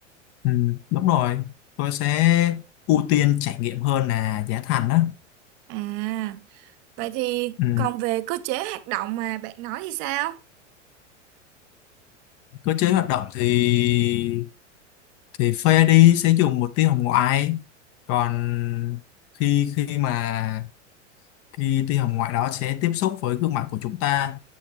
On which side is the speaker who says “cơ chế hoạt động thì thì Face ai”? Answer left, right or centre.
Left